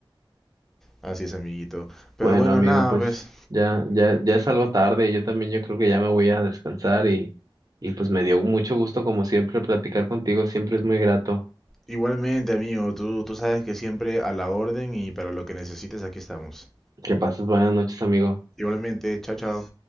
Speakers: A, in the centre; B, on the right.
A: Así es, amiguito. Pero
B: Bueno,
A: bueno,
B: amigo,
A: nada,
B: pues
A: pues
B: ya, ya, ya es algo tarde, yo también yo creo que ya me voy a descansar y, y pues me dio mucho gusto como siempre platicar contigo, siempre es muy grato.
A: igualmente, amigo, tú, tú sabes que siempre a la orden y para lo que necesites aquí estamos.
B: Que pases buenas noches, amigo.
A: Igualmente, chao, chao.